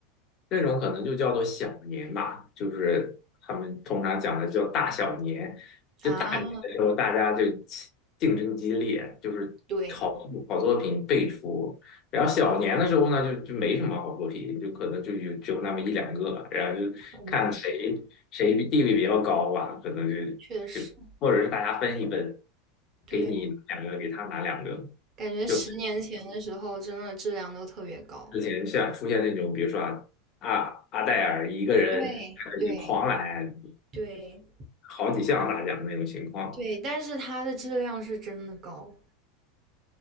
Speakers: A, on the left; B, on the right.
A: 那种可能就叫做小年吧，就是他们通常讲的叫大小年。
B: 啊，
A: 就大年的时候，大家就起竞争激烈，就是好好作品辈出。
B: 对，
A: 然后小年的时候呢，就就没什么好作品，就可能就有只有那么一两个，然后就看谁谁地位比较高吧，
B: 可能
A: 可能就
B: 确实
A: 就或者是大家分一分，
B: 对，
A: 给你拿两个，给他拿两个，
B: 感觉十年前的时候真的质量都特别高，
A: 就之前像出现那种，比如说啊，阿阿黛尔一个人你狂揽
B: 对对对
A: 好几项大奖的那种情况。
B: 对，但是它的质量是真的高，